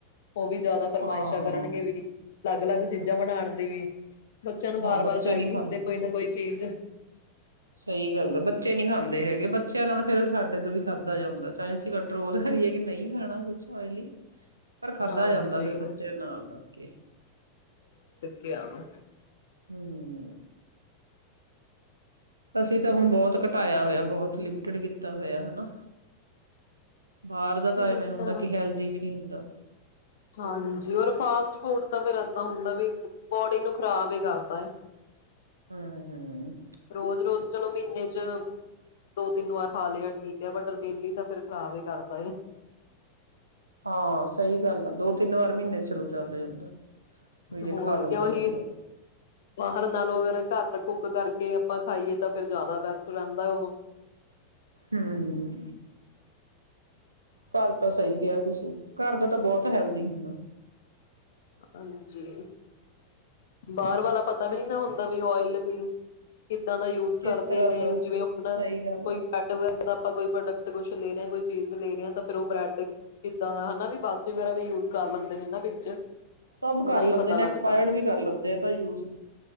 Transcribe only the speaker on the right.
ਹਾਂ
ਹਾਂ ਬੱਚੇ
ਨਹੀਂ ਖਾਂਦੇ
ਸਹੀ ਗੱਲ ਆ, ਬੱਚੇ ਨਹੀਂ ਖਾਂਦੇ ਹੈਗੇ ਬੱਚਿਆਂ ਨਾਲ ਫਿਰ ਸਾਡੇ ਤੋਂ ਵੀ ਖਾਧਾ ਜਾਂਦਾ ਚਾਹੇ ਅਸੀਂ ਕੰਟਰੋਲ ਕਰੀਏ ਕਿ ਨਹੀਂ ਖਾਣਾ ਕੁਛ ਓਇਲੀ ਪਰ ਖਾਧਾ
ਜਾਂਦਾ ਫਿਰ ਬੱਚਿਆਂ ਨਾਲ ਰੱਖ ਕੇ
ਹਮ ਅਸੀ ਤਾਂ ਹੁਣ ਬਹੁਤ ਘਟਾਇਆ ਹੋਇਆ ਬਹੁਤ ਲਿਮਟਿਡ ਕੀਤਾ ਹੋਇਆ ਹਨਾ। ਬਾਹਰ ਦਾ ਤਾਂ
ਐਵੇਂ ਹੁੰਦਾ,
ਕਿ ਹੈਲਦੀ ਵੀ ਨਹੀਂ ਹੁੰਦਾ
ਹੂੰ
ਹਾਂ ਸਹੀ ਗੱਲ ਆ ਦੋ, ਤਿੰਨ ਵਾਰ ਮਹੀਨੇ ਚਲੋ ਚੱਲ ਜਾਂਦਾ ਵੀ ਜੇ
ਖਾ ਲੈਂਦਾ
ਬੰਦਾ
ਹਮ ਘਰ ਤਾਂ ਸਹੀ ਕਿਹਾ ਤੁਸੀਂ ਘਰ ਦਾ ਤਾਂ ਬਹੁਤ ਹੈਲਦੀ ਹੁੰਦਾ
ਕਿਸ
ਤਰ੍ਹਾਂ
ਦਾ
ਸਹੀ ਗੱਲ
ਹੈ
ਸਭ
ਕਰ ਲੈਂਦੇ
ਨੇ
ਐਕਸਪਾਇਰਡ ਵੀ ਕਰ ਲੈਂਦੇ ਆ ਤਾਂ ਯੂਜ